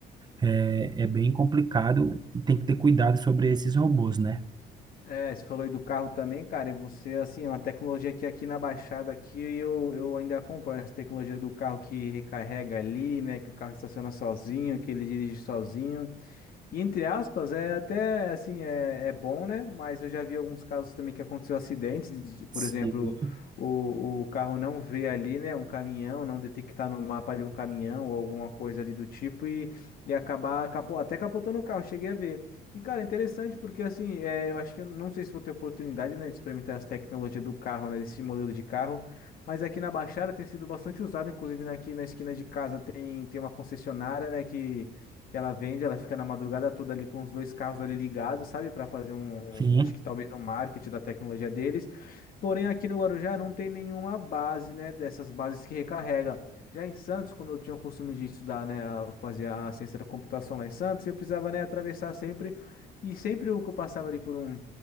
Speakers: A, on the right (about 25°); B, on the left (about 60°).
A: é, é bem complicado e tem que ter cuidado sobre esses robôs, né?
B: É, você falou aí do carro também, cara, e você, assim, é uma tecnologia que aqui na Baixada, aqui eu, eu ainda acompanho né, essa tecnologia do carro que recarrega ali, né, que o carro estaciona sozinho, que ele dirige sozinho, e entre aspas, é até assim, é, é bom, né? Mas eu já vi alguns casos também que aconteceu acidentes, de- por
A: Sim.
B: exemplo, o, o carro não vê ali, né, um caminhão, não detectar no mapa ali um caminhão ou alguma coisa ali do tipo e, e acabar capo- até capotando o carro, cheguei a ver. E cara, interessante porque assim, é, eu acho que eu não sei se vou ter oportunidade, né, de experimentar as tecnologias do carro, né, desse modelo de carro, mas aqui na Baixada tem sido bastante usado, inclusive aqui na esquina de casa tem, tem uma concessionária, né, que que ela vende, ela fica na madrugada toda ali com os dois carros ali ligados, sabe, para fazer um,
A: Sim,
B: um, acho que talvez um marketing da tecnologia deles. Porém, aqui no Guarujá não tem nenhuma base, né, dessas bases que recarrega. Já em Santos, como eu tinha o costume de estudar, né, eu fazia a ciência da computação lá em Santos, eu precisava, né, atravessar sempre e sempre o que eu passava ali por um